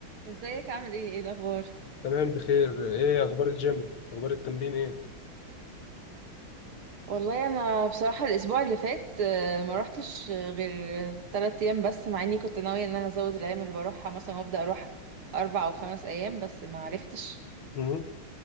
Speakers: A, on the right (about 85°); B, on the left (about 75°).
A: ازيك عامل ايه ايه الاخبار
B: تمام بخير ايه اخبار الجيم اخبار التمرين ايه
A: والله انا بصراحه الاسبوع اللي فات آه، ما روحتش غير ثلاثة ايام بس مع اني كنت ناويه ان انا ازود الايام اللي بروحها مثلا وابدا اروح اربع او خمس ايام بس ما عرفتش
B: مم.